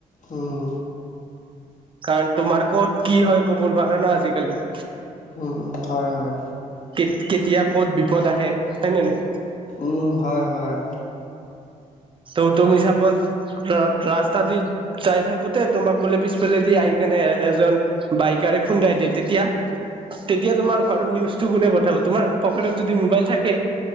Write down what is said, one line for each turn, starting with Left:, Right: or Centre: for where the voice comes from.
Left: উম।
Right: কাৰণ তোমাৰ ক'ত কি হয় কব নোৱাৰা ন আজিকালি?
Left: উম, হয়-হয়।
Right: কে কেতিয়া ক'ত বিপদ আহে হয় নে নাই?
Left: উম, হয়-হয়।
Right: ত তুমি চাপজ ৰা-ৰাস্তা দি চাই থাকোতে তোমাক বোলে পিছফালে দি আহি কেনে এ এজন বাইকাৰে খুন্দাই দিল তেতিয়া? তেতিয়া তোমাৰ ঘৰত নিউজটো কোনে পঠাব? তোমাৰ পকেটত যদি মোবাইল থাকে